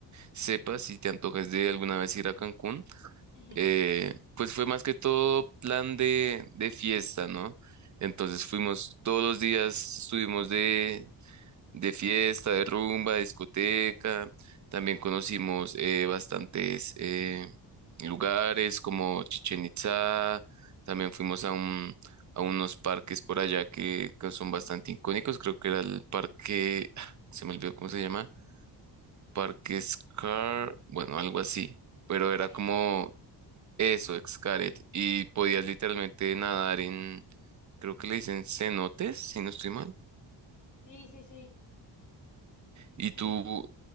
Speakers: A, on the right; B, on the left.
A: sepas si te antojas de alguna vez ir a Cancún,
B: <laughs>
A: eh, pues fue más que todo plan de, de fiesta, ¿no? Entonces fuimos todos los días, estuvimos de, de fiesta, de rumba, de discoteca. También conocimos eh, bastantes eh, lugares como Chichen Itza También fuimos a un, a unos parques por allá que, que son bastante icónicos. Creo que era el parque, <laughs> <sighs> se me olvidó cómo se llama, Parque Scar, bueno, algo así. Pero
B: Escaret.
A: era como eso, Xcaret. Y podías literalmente nadar en, creo que le dicen cenotes, si no estoy mal.
B: Sí, sí, sí.
A: ¿Y
B: Sí,
A: tú